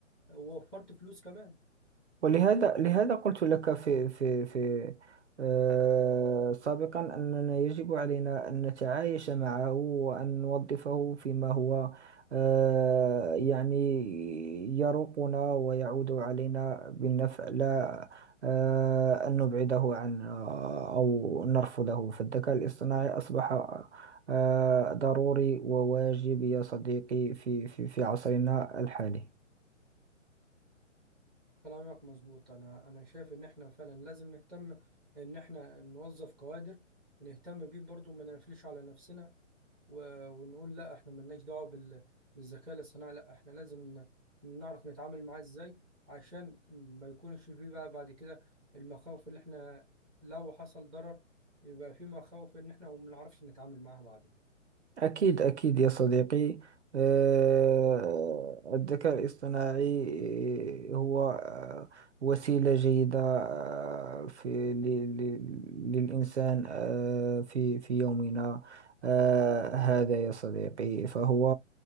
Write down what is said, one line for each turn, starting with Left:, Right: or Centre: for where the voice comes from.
Centre: ووفرت فلوس كمان
Right: ولهذا لهذا قلت لك في في في آه سابقا أننا يجب علينا أن نتعايش معه وأن نوظفه فيما هو آه يعني يروقنا ويعود علينا بالنفع لا آه أن نبعده عن آه أو نرفضه فالذكاء الاصطناعي أصبح آه ضروري وواجب يا صديقي في في في عصرنا الحالي
Centre: كلامك مظبوط انا انا شايف ان احنا فعلا لازم نهتم ان احنا نوظف كوادر ونهتم بيه برضو ما نقفلش على نفسنا و... ونقول لا احنا ملناش دعوه بال... بالذكاء الاصطناعي لا احنا لازم ن... نعرف نتعامل معاه ازاي عشان ما يكونش فيه بقى بعد كده المخاوف اللي احنا لو حصل ضرر يبقى في مخاوف ان احنا ما بنعرفش نتعامل معاها بعدين
Right: أكيد أكيد يا صديقي آه، الذكاء الاصطناعي هو آه، وسيلة جيدة آه، في ل- ل- للإنسان آه، في في يومنا آه، هذا يا صديقي فهو